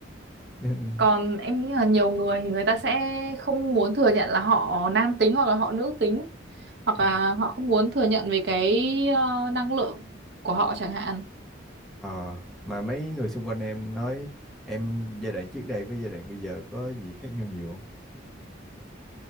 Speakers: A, in the centre; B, on the right.
A: nên
B: còn em nghĩ là nhiều người thì người ta sẽ không muốn thừa nhận là họ nam tính hoặc là họ nữ tính hoặc
A: ừ.
B: là họ không muốn thừa nhận về cái ờ, năng lượng của họ chẳng hạn
A: Ờ, mà mấy người xung quanh em nói em giai đoạn trước đây với giai đoạn bây giờ có gì khác nhau nhiều không?